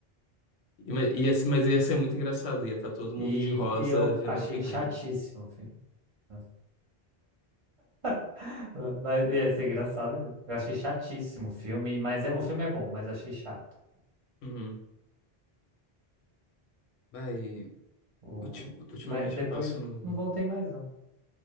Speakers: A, on the left (about 85°); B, on the right (about 35°).
A: E, ma- ia- mas ia ser muito engraçado, ia estar todo mundo
B: E,
A: de rosa
B: e eu
A: vendo
B: achei
A: Oppenheimer.
B: chatíssimo o filme. Nossa. <laughs> Mas ia ser engraçado mesmo. Eu achei chatíssimo o filme, mas é- o filme é bom, mas achei chato.
A: Uhum. Vai.
B: O,
A: Ulti- Ultimamente
B: mas depois
A: eu passo no,
B: não voltei mais, não.